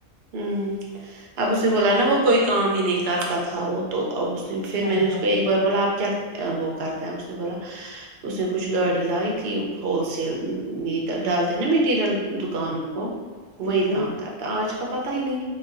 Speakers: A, on the right (about 60°); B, on the left (about 60°).
A: ہوں اب اس نے بولا نا وہ کوئی کا ہی ن کرتا تھاو تو ا اس نے پھر
B: ہائے
A: میں نے اس
B: ہائے
A: کو ایک بار بولا آپ کیا <inaudible> وہ کرتا ہے اس نے بولا اس نے کچھ گاڑی لائی <inaudible> ت ہول سل <inaudible> میٹ ڈال د نا میٹ <inaudible> مریل دکانوں کو
B: ہائے
A: وہی
B: ہ
A: کام کرتا ہے آج کا <inaudible> پتا ہی نہیں